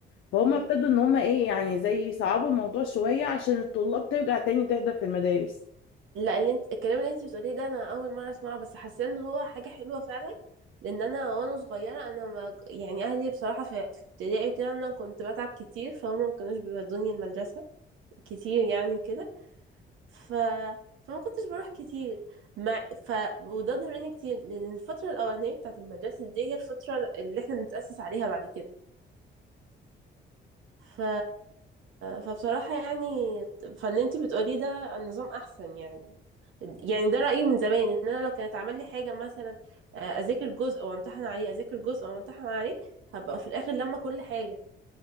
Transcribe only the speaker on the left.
فهم
ابتدوا ان هم ايه يعني زي يصعبوا الموضوع شوية عشان الطلاب ترجع تاني تحضر في المدارس